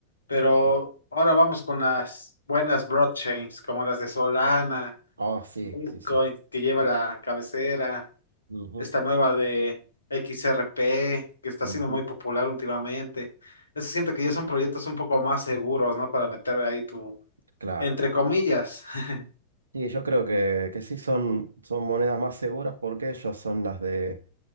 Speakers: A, on the left; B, on the right.
A: pero
B: Mm.
A: ahora vamos con las buenas blockchains, como las de Solana,
B: Oh, sí,
A: Bitcoin,
B: sí, sí.
A: que lleva la cabecera,
B: Ujú,
A: esta nueva de XRP, que está
B: ujú.
A: siendo muy popular últimamente. Eso siento que ya son proyectos un poco más seguros, ¿no? Para meter ahí tu,
B: Claro.
A: entre comillas. <laughs>
B: Sí, yo creo que, que sí son, son monedas más seguras porque ellos son las de